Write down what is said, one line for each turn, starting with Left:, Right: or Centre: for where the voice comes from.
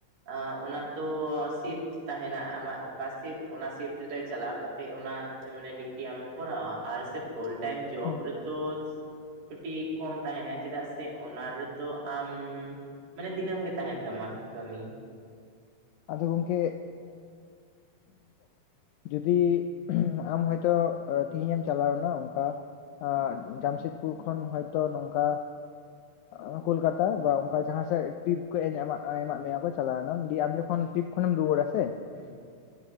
Right: ᱟ ᱚᱱᱟᱫᱚ ᱥᱤᱵᱽ, ᱛᱟᱦᱮᱱᱟ ᱟᱢᱟᱜ ᱚᱠᱟ ᱥᱤᱯᱴ ᱚᱱᱟ ᱥᱤᱯᱴ ᱨᱮ ᱪᱟᱞᱟᱣ ᱠᱟᱛᱮᱜ ᱚᱱᱟ ᱢᱟᱱᱮ ᱰᱤᱭᱩᱴᱤ ᱟᱢᱮᱢ ᱠᱚᱨᱟᱣᱟ ᱟᱨ ᱥᱮᱯᱴ ᱯᱷᱩᱞ ᱴᱟᱭᱤᱢ ᱡᱚᱵ
Left: ᱦᱮᱸ
Right: ᱨᱮᱫᱚᱥ ᱪᱷᱩᱴᱤ ᱠᱚᱢ ᱛᱟᱦᱮᱱᱟ ᱪᱮᱫᱟᱜ ᱥᱮ ᱚᱱᱟ ᱨᱮᱫᱚ ᱟᱢ ᱢᱟᱱᱮ ᱫᱤᱱᱟᱹᱢ ᱜᱮ ᱛᱟᱦᱮᱱ ᱛᱟᱢᱟ ᱠᱟᱹᱢᱤ᱾
Left: ᱟᱫᱚ ᱜᱚᱝᱠᱮ <inaudible> ᱡᱚᱫᱤ ᱟᱢ ᱦᱚᱭᱛᱚ ᱛᱮᱦᱤᱧ ᱮᱢ ᱪᱟᱞᱟᱣᱱᱟ ᱚᱝᱠᱟ ᱟᱸ ᱡᱟᱢᱥᱮᱫᱽᱯᱩᱨ ᱠᱷᱚᱱ ᱦᱚᱭᱛᱚ ᱱᱚᱝᱠᱟ ᱮᱸ ᱠᱳᱞᱠᱟᱛᱟ ᱵᱟ ᱚᱝᱠᱟ ᱡᱟᱦᱟᱸᱥᱮᱜ ᱴᱤᱯ ᱠᱟᱹᱜ ᱮᱟᱜ ᱮᱢᱟᱜ ᱢᱮᱭᱟ ᱠᱚ ᱪᱟᱞᱟᱣᱮᱱᱟᱢ ᱫᱤᱭᱮ ᱟᱢ ᱡᱚ ᱠᱷᱚᱱ ᱴᱤᱯ ᱠᱷᱚᱱᱮᱢ ᱨᱩᱣᱟᱹᱲᱟ ᱥᱮ
Right: ᱦᱩᱸ